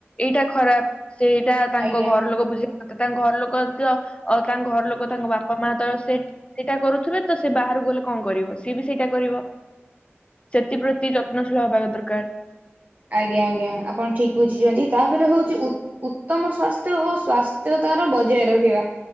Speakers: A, on the left; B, on the right.
A: ଏଇଟା ଖରାପ। ସେଇଟା ତାଙ୍କ
B: ଆଜ୍ଞା।
A: ଘର ଲୋକ ବୁଝେଇ କଥା ତାଙ୍କ ଘର ତ ଲୋକ ତାଙ୍କ ଘର ଲୋକ ତାଙ୍କ ବାପ ପ ମା ତ ସେ ସେଇଟା କରୁଥିବେ ତ ସେ ବାହକୁ ଗଲେ କଣ କରିବ ସିଏ ବି ସେଇଟା କରିବ। ସେଥିପ୍ରତି ଯତ୍ନଶୀଳ ହେବା ଦରକାର।
B: ଆଜ୍ଞା ଆଜ୍ଞା ଆପଣ ଠିକ ବୁଝିଛନ୍ତି। ତାପରେ ହଉଛି ଉତ୍ତମ ସ୍ଵାସ୍ଥ୍ୟ ଓ ସ୍ଵାସ୍ଥ୍ୟତାର ବଜାୟ ରଖିବା।